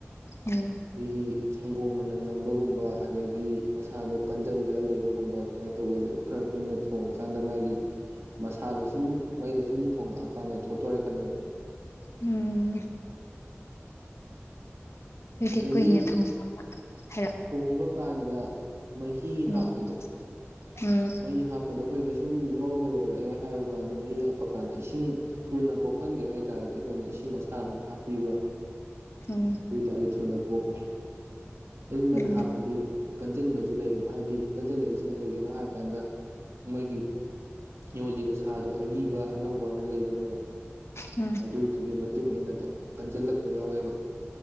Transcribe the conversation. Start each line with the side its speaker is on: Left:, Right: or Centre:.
Left: ꯎꯝ
Right: ꯑꯩꯈꯣꯏꯒꯤ ꯁꯪꯒꯣꯝ ꯃꯅꯝ ꯅꯝꯕꯒꯨꯝꯕ ꯑꯗꯒꯤ ꯃꯁꯥꯗꯣ ꯀꯟꯖꯜꯂꯒ ꯂꯩꯕꯒꯨꯝꯕ ꯑꯗꯨꯃꯥꯏꯅ ꯇꯧꯒꯜꯂꯦꯕ ꯈꯔ ꯀꯨꯏꯅ ꯊꯣꯡꯉꯀꯥꯟꯗ ꯃꯥꯒꯤ ꯃꯁꯥꯗꯣ ꯁꯨꯝ ꯃꯩꯗ ꯁꯨꯝ ꯊꯣꯡꯉꯛꯑꯀꯥꯟꯗ ꯊꯣꯠꯇꯣꯔꯛꯀꯅꯦꯕ
Left: ꯎꯝ ꯑꯗꯨꯗꯤ
Right: ꯑꯗꯒꯤ
Left: ꯀꯨꯏꯅ ꯊꯣꯡꯕ ꯍꯥꯏꯔꯣ
Right: ꯊꯣꯡꯕ ꯀꯥꯟꯗ ꯃꯍꯤ
Left: ꯎꯝ
Right: ꯍꯥꯞꯄꯗꯣ
Left: ꯎꯝ
Right: ꯃꯍꯤ ꯍꯥꯞꯄꯗ ꯑꯩꯈꯣꯏꯒꯤ ꯁꯨꯝ ꯉꯧꯕ ꯂꯣꯏꯔꯛꯑꯦ ꯍꯥꯏꯕ ꯀꯥꯟꯗ ꯃꯍꯤ ꯍꯥꯞꯄ ꯀꯥꯟꯗ ꯏꯁꯤꯡ ꯊꯨꯅ ꯄꯣꯛꯍꯟꯒꯦ ꯍꯥꯏ ꯇꯔꯗꯤ ꯑꯩꯈꯣꯏꯅ ꯏꯁꯤꯡ ꯑꯁꯥꯕꯅ ꯍꯥꯞꯄꯤꯕ
Left: ꯎꯝ
Right: ꯑꯗꯨ ꯑꯣꯏꯇꯥꯔꯗꯤ ꯊꯨꯅ ꯄꯣꯞꯄꯦ ꯑꯏꯪꯕꯅ
Left: ꯎꯝ
Right: ꯍꯥꯞꯄꯗꯤ ꯀꯟꯖꯟꯕꯁꯨ ꯂꯩꯌꯦꯕ ꯍꯥꯏꯗꯤ ꯀꯟꯖꯜꯂꯛꯏꯁꯤꯅ ꯀꯔꯤꯒꯤꯅꯣ ꯍꯥꯏꯔꯀꯥꯟꯗ ꯃꯣꯏꯒꯤ ꯌꯣꯜꯂꯤꯕ ꯁꯥꯗꯣ ꯑꯔꯤꯕ ꯑꯅꯧꯕ ꯑꯅ ꯂꯩꯕꯅꯦꯕ
Left: ꯎꯝ
Right: ꯑꯗꯨꯗꯨꯒꯤ ꯃꯇꯨꯡ ꯏꯟꯅ ꯀꯟꯖꯜꯂꯛꯄ ꯌꯥꯎꯋꯦꯕ